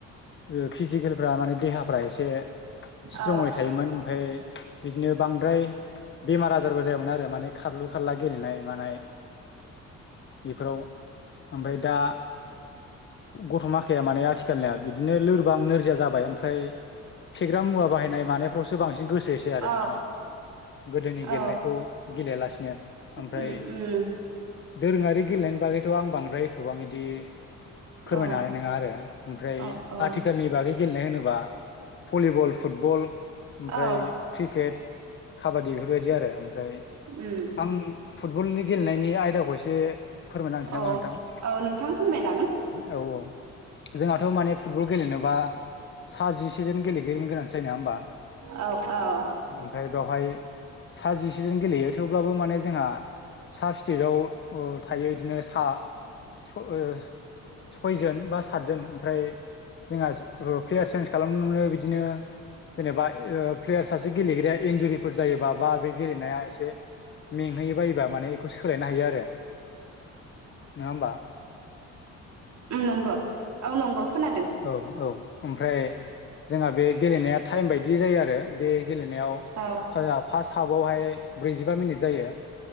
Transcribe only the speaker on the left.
ओ फिजिकेलफ्रा माने देहाफ्रा एसे स्ट्रंङै
थायोमोन ओमफाय बिदिनो बांद्राय बेमार आजारबो जायामोन आरो माने खारलु खारला गेलेनाय मानाय बेफोराव ओमफ्राय दा गथ' माखाया माने आथिखालनिया बिदिनो लोरबां नोरजिया जाबाय ओमफ्राय फेग्रा मुवा बाहायनाय मानाय फ्रावसो बांसिन गोसोसै आरो
माने गोदोनि
गेलेनायखौ गेलेयालासिनो। ओमफ्राय
दोरोङारि गेलेनायनि बागैथ' आं बांद्राय एथबां इदि फोरमायनो
हानाय नोङा आरो ओमफ्राय
आथिखालनि बागै गेलेनाय होनोब्ला भलिबल फुटबल ओमफ्राय
क्रिकेट काबादि बेफोर बायदि आरो ओमफ्राय
आं फुटबलनि गेलेनायनि आयदाखौ एसे फोरमायना होनोसै
नामा नोंथां
औ औ जोंहाथ' माने फुटबल गेलेनोबा सा जिसेजोन गेलेगिरिनि गोनांथि जायो नोङा होमबा?
ओमफ्राय बेवहाय सा जिसेजोन गेलेयो थेवब्लाबो माने जोंहा साबस्टेटआव ओ थायो बिदिनो सा स' ओ सयजोन बा सातजोन ओमफ्राय जोंहा रु प्लेयार सेन्ज खालामनो मोनो बिदिनो जेनेबा प्लेयार सासे गेलेग्राया इन्जुरिफोर जायोबा बा बे गेलेनाया एसे मेंहोयो बायोबा माने बेखौ सोलायनो हायो आरो। नङा होमबा?
औ औ ओमफ्राय जोंहा बे गेलेनाया टाइम बायदि जायो आरो। बे गेलेनायाव
फा-फार्स्ट हाफआवहाय ब्रैजिबा मिनिट जायो।